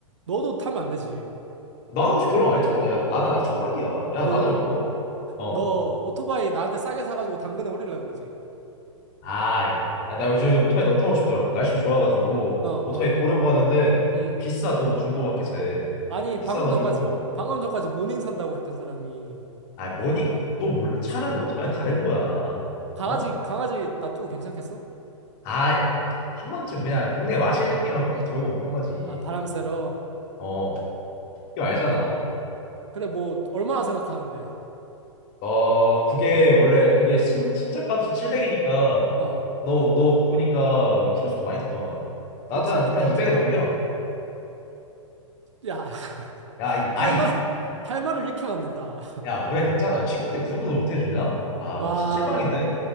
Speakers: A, on the right; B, on the left.
A: 너도 타면 안 되지.
B: 나는 아직 결혼 안 했잖아. 야, 나는 아직 총각이야. 야,
A: 너,
B: 나는,
A: 오-
B: 어? 어.
A: 너 오토바이 나한테 싸게 사가지고 당근에 올리려고 그러지.
B: 아, 아, 나 요즘 오토바이 너무 타고 싶더라고. 날씨도 좋아가지고
A: 어, 어.
B: 오토바이 보려고 하는데
A: 음.
B: 비싸도 중고마켓에
A: 아니,
B: 비싸가지고
A: 방금 전까지, 방금 전까지 모닝 산다고 했던 사람이
B: 아 뭐니 너 몰라 차랑 오토바이는 다른 거야.
A: 강아지,
B: 어?
A: 강아지 놔두고 괜찮겠어?
B: 아 한 번쯤 그냥 동네 마실 느낌으로 한 바퀴 돌고 오는 거지.
A: 아, 바람 쐬러.
B: 어, 이거
A: 아,
B: 알잖아.
A: 그래? 그래, 뭐, 얼마나 생각하는데.
B: 어 그게 원래 그게 신 신차 값이 700이니까
A: 어,
B: 너 너 보니까 키로수도
A: 음.
B: 많이 탔더만 나한테
A: 그렇지,
B: 한,
A: 좀
B: 한
A: 됐지.
B: 200에 넘겨.
A: 야, <laughs>
B: 야, 이- 아니
A: 할 말, 할 말을 이렇게 만든다.
B: 야, 오래됐잖아. 친구인데 그 정도는 못 해주냐? 아,
A: 와,
B: 너 진짜 실망인데?